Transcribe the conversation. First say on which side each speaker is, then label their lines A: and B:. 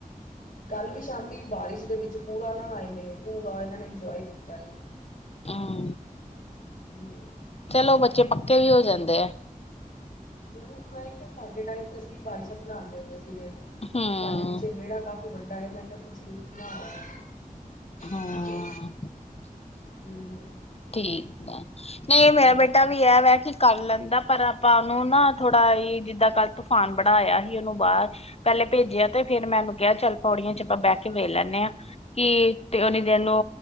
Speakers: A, on the left; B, on the left.
A: ਕੱਲ ਵੀ ਸ਼ਾਮੀ ਬਾਰਿਸ਼ ਦੇ ਵਿੱਚ ਪੂਰਾ ਨਹਾਏ ਨੇ, ਪੂਰਾ ਇਹਨਾਂ ਨੇ ਇੰਜੋਏ ਕੀ ਤਾ ਈ
B: ਆਂ
A: ਹੂੰ,
B: ਚਲੋ ਬੱਚੇ ਪੱਕੇ ਵੀ ਹੋ ਜਾਂਦੇ ਆ।
A: ਹੂੰ, ਮੈਂ- ਸਾਡੇ ਟਾਈਮ ਤੇ ਅਸੀਂ ਬਾਰਿਸ਼ਾਂ ਚ ਨਹਾਂਦੇ ਹੁੰਦੇ ਸੀ। ਸੀ ਗੇ
B: ਹਮ
A: ਤੇ ਸਾਡੇ ਪਿਛੇ ਵਿਹੜਾ ਕਾਫੀ ਵੱਡਾ ਤਾਈ ਮੈਂ ਕਿਹਾ ਤੁਸੀਂ ਨਹਾ ਆਓ।
B: ਹਾਂ
A: ਹਾਂਜੀ, ਹੂੰ।
B: ਠੀਕ ਹੈ, ਨਹੀਂ ਮੇਰਾ
A: ਹਾਂਜੀ
B: ਬੇਟਾ ਵੀ ਇਹ ਵੇ ਕਿ ਕਰ ਲੈਂਦਾ ਪਰ ਆਪਾਂ ਉਹਨੂੰ ਨਾ ਥੋੜਾ ਜਿੱਦਾਂ ਕੱਲ ਤੂਫਾਨ ਬੜਾ ਆਇਆ ਸੀ ਉਹਨੂੰ ਬਾਹਰ ਪਹਿਲੇ ਭੇਜਿਆ ਤੇ ਫੇਰ ਮੈਂ ਉਹਨੂੰ ਕਿਹਾ ਚੱਲ ਪੌੜੀਆਂ ਚ ਆਪਾਂ ਬਹਿ ਕੇ ਵੇਖ ਲੈਂਦੇ ਆਂ, ਕਿ ਤੇ ਉਨੀ ਦੇਰ ਨੂੰ